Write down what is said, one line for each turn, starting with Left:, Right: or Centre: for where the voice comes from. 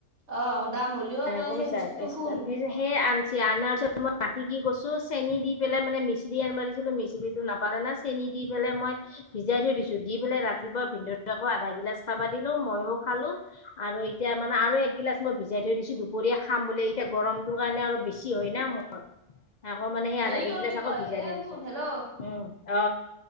Right: অ দাম হ'লেও তই
Left: গম
Right: সেই
Left: পাইছা
Right: বস্তুটো শুন
Left: সেই আনছ আনাৰ পিছত। মই মাতি কি কছো চেনি দি পেলাই মানে মিচিৰি আনবাৰিছিলো মিচৰিটো নাপালে না। চেনি দি পেলাই মই ভিজাই থৈ দিছো দি পেলাই ৰাতিপুৱা ভিন্ধ আকৌ আধা গিলাচ চাবা দিলো মইো। খালো আৰু এতিয়া মানে আৰু একগিলাচ মই ভিজাই থৈ দিছো দুপৰীয়া খাম বুলিো এতিয়া গৰমটোৰ কাৰণে আৰু। বেছি হয় ন মোৰ আকৌ মানে সেই
Right: হেৰি
Left: আধা এগিলাচ
Right: কৰিবি
Left: আকৌ
Right: তই
Left: ভিজাই
Right: এ
Left: থৈ দিছ
Right: শুন হেল্ল'
Left: উম। অ।